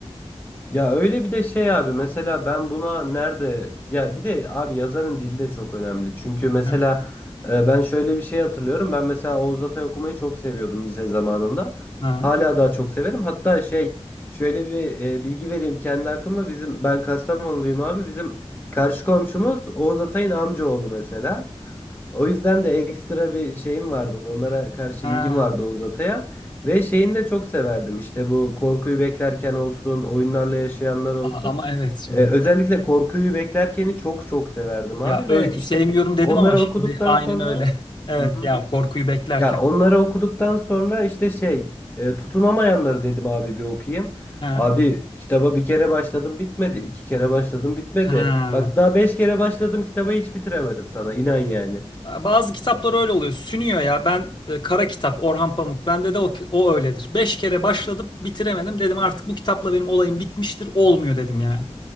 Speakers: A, on the left; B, on the left.
A: Ya öyle bir de şey abi mesela ben buna nerede ya bir de abi yazarın dili de çok önemli. Çünkü mesela
B: Ha,
A: e, ben şöyle bir şey hatırlıyorum. Ben mesela Oğuz Atay okumayı çok seviyordum lise zamanında.
B: ha.
A: Hala daha çok severim. Hatta şey şöyle bir e, bilgi vereyim kendi hakkımda. Bizim ben Kastamonluyum abi. Bizim karşı komşumuz Oğuz Atay'ın amcaoğlu mesela. O yüzden de ekstra bir şeyim vardı. Onlara karşı
B: Ha,
A: ilgim vardı Oğuz Atay'a. Ve şeyini de çok severdim. İşte bu korkuyu beklerken olsun, oyunlarla yaşayanlar olsun.
B: Ama evet şimdi
A: Ee, özellikle korkuyu beklerkeni çok çok severdim
B: ya
A: abi.
B: öykü
A: Ve işte
B: sevmiyorum dedim
A: onları
B: ama şimdi
A: okuduktan
B: aynen
A: sonra...
B: öyle. <laughs> Evet
A: Hı hı.
B: ya korkuyu beklerken.
A: Ya onları okuduktan sonra işte şey... e, tutunamayanları dedim abi bir okuyayım.
B: Ha,
A: Abi kitaba bir kere başladım bitmedi. iki kere başladım bitmedi.
B: ha.
A: Bak daha beş kere başladım kitabı hiç bitiremedim sana. inan yani.
B: Bazı kitaplar öyle oluyor. Sünüyor ya. Ben e, Kara Kitap, Orhan Pamuk. Bende de o, o öyledir. Beş kere başladım, bitiremedim. Dedim artık bu kitapla benim olayım bitmiştir. Olmuyor dedim yani.